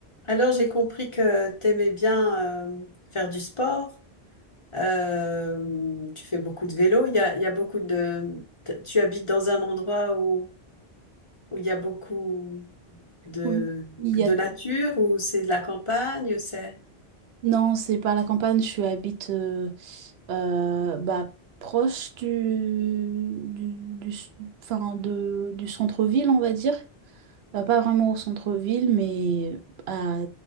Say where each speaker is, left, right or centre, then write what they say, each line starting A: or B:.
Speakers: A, on the left; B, on the right.
A: Alors, j'ai compris que tu aimais bien euh, faire du sport. Euh, tu fais beaucoup de vélo. Il y a, il y a beaucoup de... t- Tu habites dans un endroit où, où il y a beaucoup de,
B: Oui, il y
A: de
B: a-
A: nature, où c'est de la campagne, c'est...
B: Non, c'est pas la campagne, je habite euh, euh, bah, proche du, du, du s- enfin, de, du centre-ville, on va dire. Euh, pas vraiment au centre-ville, mais à